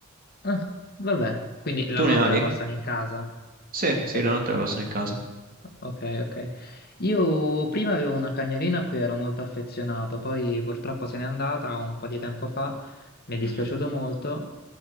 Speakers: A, on the left; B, on the right.
A: Ah, vabbè, quindi la
B: Tu
A: notte
B: ne hai?
A: la passano in casa,
B: Sì,
A: per
B: sì,
A: capirci.
B: la notte la passano in casa.
A: Ok, ok. Io prima avevo una cagnolina a cui ero molto affezionato, poi purtroppo se n'è andata un po' di tempo fa, mi è dispiaciuto
B: Mhm.
A: molto,